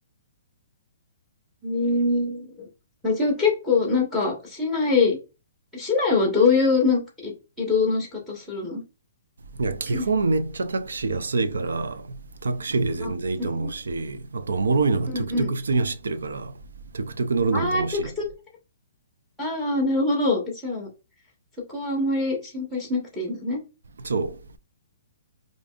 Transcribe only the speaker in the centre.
えーあ、じゃあ結構なんか市内、市内はどういうなんかい移動の仕方するの
<laughs> あ、うんうんうん。ああ、トゥクトゥク。ああ、なるほど。じゃあ、そこはあんまり心配しなくていいんだね。